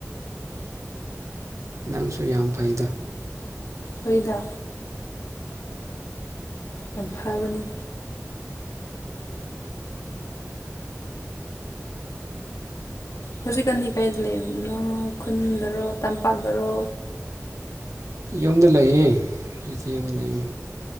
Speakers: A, on the right; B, on the left.
A: ꯅꯪꯁꯨ ꯌꯥꯝ ꯐꯩꯗ
B: ꯍꯣꯏꯗꯥ ꯌꯥꯝ ꯐꯕꯅꯤ ꯍꯧꯖꯤꯛꯀꯟꯗꯤ ꯀꯥꯏꯗ ꯂꯩꯕꯅꯣ ꯈꯨꯟꯗꯔꯣ ꯇꯝꯄꯥꯛꯇꯔꯣ
A: ꯌꯨꯝꯗ ꯂꯩꯌꯦ ꯍꯧꯖꯤꯛꯇꯤ ꯌꯨꯝꯗ ꯂꯩꯌꯦ